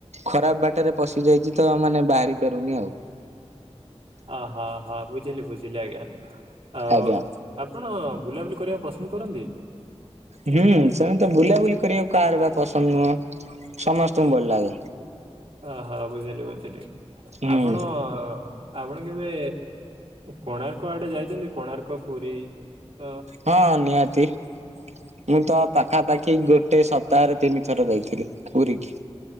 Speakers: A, on the right (about 75°); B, on the right (about 55°).
A: ଖରାପ ବାଟରେ ପଶି ଯାଇଛି ତ ମାନେ ବାହାରି ପାରୁନି ଆଉ
B: ଅହ ହଁ ବୁଝିଲି ବୁଝିଲି ଆଜ୍ଞା। ଆଉ
A: ଆଜ୍ଞା।
B: ଆପଣ ବୁଲାବୁଲି କରିବାକୁ ପସନ୍ଦ କରନ୍ତି।
A: ହୁଁ ସେମିତି ତ ବୁଲାବୁଲି କରିବାକୁ କାହାର ବା ପସନ୍ଦ ନୁହଁ? ସମସ୍ତଙ୍କୁ ଭଲ ଲାଗେ।
B: ଓହୋ ବୁଝିଲି ବୁଝିଲି
A: ହୁଁ
B: ଆପଣ? ଆପଣ କେବେ କୋଣାର୍କ ଆଡେ ଯାଇଛନ୍ତି କୋଣାର୍କ ପୁରୀ? ତ
A: ହଁ ନିହାତି ମୁଁ ତ ପାଖାପାଖି ଗୋ ଗୋଟେ ସପ୍ତାହରେ ତିନି ଥର ଯାଇଥିଲି ପୁରୀ କିି।